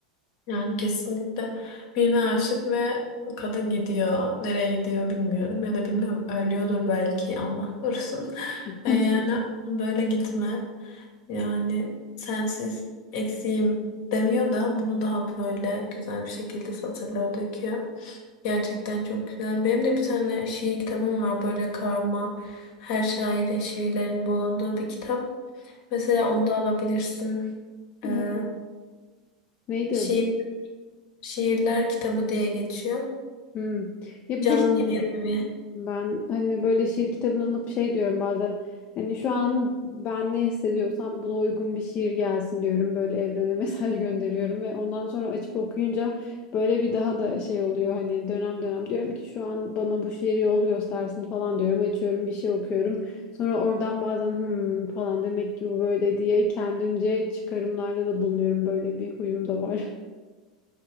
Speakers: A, on the left; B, on the left.
A: Yani kesinlikle birine aşık ve kadın gidiyor. Nereye gidiyor bilmiyorum ya da bilmiyorum ölüyordur belki Allah korusun. <laughs>
B: <laughs>
A: E, yani böyle gitme. Yani sensiz eksiğim demiyor da bunu daha böyle güzel bir şekilde satırlara döküyor. Gerçekten çok güzel. Benim de bir tane şiir kitabım var böyle karma her şairin şiirlerinin bulunduğu bir kitap. Mesela onu da alabilirsin.
B: Ya,
A: Ee,
B: Neydi
A: şiir,
B: adı?
A: şiirler kitabı diye geçiyor.
B: Hmm. Ya bir
A: Can
B: de
A: yayın evi.
B: Ben hani böyle şiir kitabını alıp şey diyorum bazen hani şu an ben ne hissediyorsam buna uygun bir şiir gelsin diyorum böyle evrene <laughs> mesaj gönderiyorum ve ondan sonra açıp okuyunca böyle bir daha da şey oluyor hani dönem dönem diyorum ki şu an bana bu şiir yol göstersin falan diyorum açıyorum bir şey okuyorum sonra oradan bazen hmm falan demek ki bu böyle diye kendimce çıkarımlarda da bulunuyorum böyle bir huyum da var. <laughs>